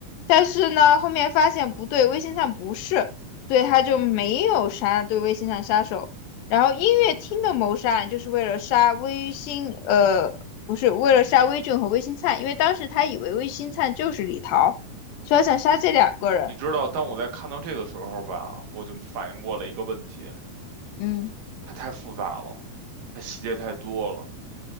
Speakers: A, on the left; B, on the right.
A: 但是呢，后面发现不对，魏新灿不是，所以他就没有杀对魏新灿杀手。然后音乐厅的谋杀案就是为了杀魏新，呃，不是为了杀威俊和魏新灿，因为当时他以为魏新灿就是李桃，所以他想杀这两个人。
B: 你知道，当我在看到这个时候吧，我就反应过了一个问题，
A: 嗯，
B: 它太复杂了，它细节太多了。